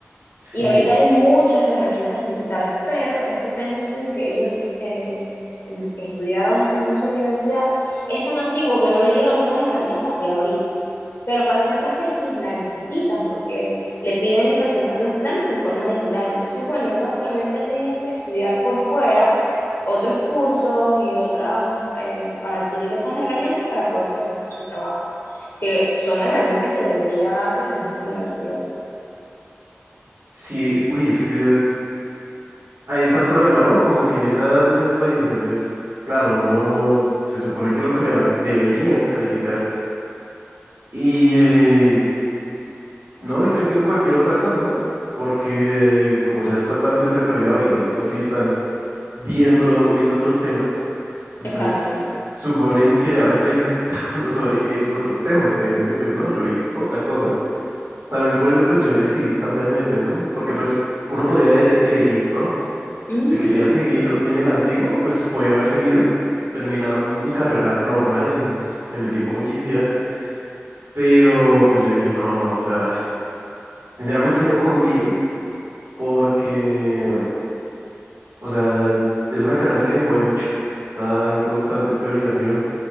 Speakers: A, on the right; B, on the left.
A: sí,
B: Y ahorita hay muchas herramientas digitales, pero ese pensum que ellos, eh, en el que estudiaron en esa universidad, es tan antiguo que no le dieron esas herramientas de ahorita pero para hacer la tesis la necesitan porque le piden presentar los planos de forma digital. Entonces, bueno, él básicamente ha tenido que estudiar por fuera otros cursos y otras eh, para adquirir esas herramientas para poder presentar su trabajo, que son herramientas que debería darte la misma universidad.
A: sí, uy, es que ahí está el problema, ¿no? Como que en esa desactualización, pues claro, uno se supone que lo que le dan- deberían calificar y eh, no le califican cualquier otra cosa, ¿no? Porque como ya está tan desactualizado y los otros sí están viendo, viendo otros temas. Entonces,
B: Exacto.
A: suponen que le van a calificar <laughs> a uno sobre esos otros temas, sabiendo que pues no, yo vi otra cosa. También por eso pues yo decidí cambiarme de pensum, porque pues uno podía e- elegir, ¿no?
B: Mm,
A: Si quería seguir en el antiguo, pues podía haber seguido, terminar mi carrera normal en, en el tiempo que quisiera. Pero pues yo dije, no, no, o sea, <laughs> sinceramente no conviene porque, o sea, es una carrera que se mueve mucho, está en constante actualización.